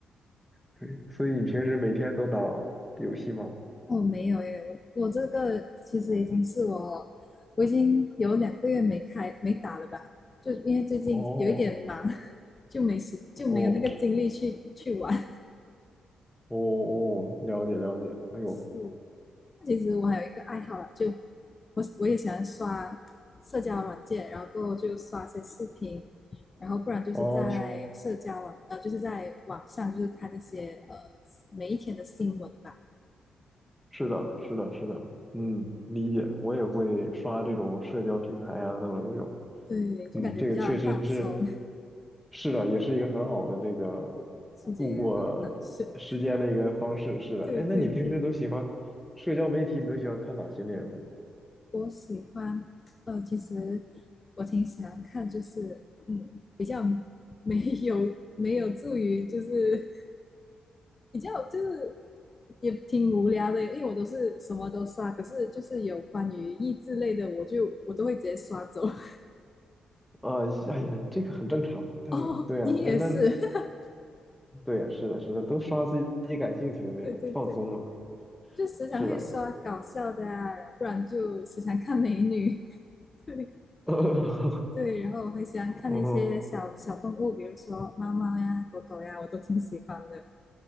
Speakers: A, in the centre; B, on the left.
A: 对，所以你平时每天都打游戏吗？
B: 我没有耶，我我这个其实已经是我，我已经有两个月没开没打了吧，就因为最近有一点忙，
A: 哦
B: <laughs> 就没时就没有那个精力去去玩。
A: 哦哦哦，了解了解。哎呦，
B: 是，其实我还有一个爱好啦，就我我也喜欢刷社交软件，然后过后就刷些视频，然后不然就是在社交网呃就是在网上就是看一些呃
A: 哦，
B: 每一天的新闻吧。
A: 是的，
B: 对
A: 是的，是的，嗯，理解，我也会刷这种社交平台啊，等等这种，
B: 对，就感觉比较放松，
A: 嗯，这个确实是，是的，也是一个很好的这个
B: <laughs> 疏解压力的方式。
A: 度过时间的一个方式，是的，
B: 对对对，
A: 哎，那你平时都喜欢社交媒体，你都喜欢看哪些内容？
B: 我喜欢呃，其实我挺喜欢看，就是嗯比较没有没有助于就是比较就是也挺无聊的，因为我都是什么都刷，可是就是有关于益智类的，我就我都会直接刷走。<laughs>
A: 啊、哎呀，这个很正常嘛，但是对啊，
B: 哦，你也是，
A: 那那
B: <laughs>
A: 对啊，是的，是的，都刷自己感兴趣的内容，
B: 对对对，
A: 放松嘛，
B: 就时常会刷搞笑的啊，
A: 是的，
B: 然后不然就时常看美女，<laughs> 对
A: <laughs>
B: 对，然后还喜欢看那些小小动物，
A: 嗯哼
B: 比如说猫猫呀、狗狗呀，我都挺喜欢的。